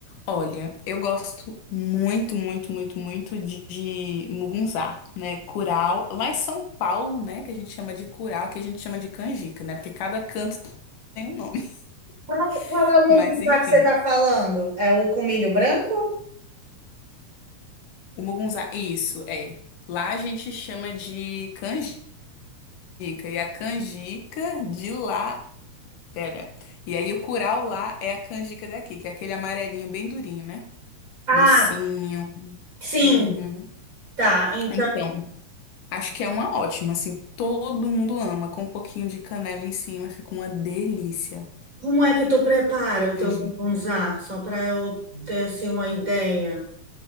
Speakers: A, on the left; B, on the right.
A: Olha, eu gosto muito, muito, muito, muito de, de mugunzá, né? Curau. Lá em São Paulo, né? Que a gente chama de curau, que a gente chama de canjica, né? Porque cada canto tem um nome.
B: Qual, qual
A: <laughs>
B: é o mugunzá
A: Mas enfim,
B: que você está falando? É o com milho branco?
A: o mugunzá, isso, é. Lá a gente chama de canjica. E a canjica de lá. Pera. E aí o curau lá é a canjica daqui, que é aquele amarelinho bem durinho, né?
B: Ah,
A: Docinho.
B: sim,
A: Uhum.
B: tá. Então,
A: Então. Acho que é uma ótima, assim, todo mundo ama, com um pouquinho de canela em cima, fica uma delícia.
B: como é que tu prepara o teu
A: Angico.
B: mugunzá? Só para eu ter assim uma ideia.